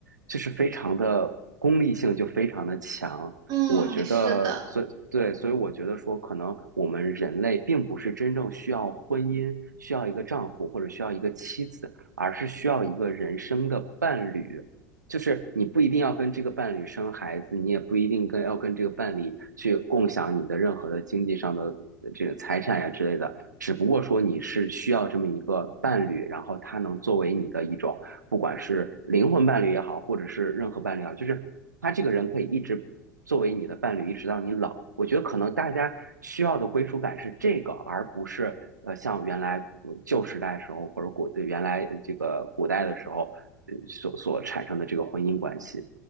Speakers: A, on the right; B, on the right.
A: 就是非常的功利性就非常的强。
B: 嗯，
A: 我觉得，
B: 是的。
A: 所以对，所以我觉得说，可能我们人类并不是真正需要婚姻，需要一个丈夫或者需要一个妻子，而是需要一个人生的伴侣。就是你不一定要跟这个伴侣生孩子，你也不一定跟要跟这个伴侣去共享你的任何的经济上的呃这个财产呀之类的，只不过说你是需要这么一个伴侣，然后他能作为你的一种，不管是灵魂伴侣也好，或者是任何伴侣也好，就是他这个人可以一直作为你的伴侣一直到你老。我觉得可能大家需要的归属感是这个，而不是呃像原来嗯旧时代的时候或者古呃原来呃这个古代的时候呃所所产生的这个婚姻关系。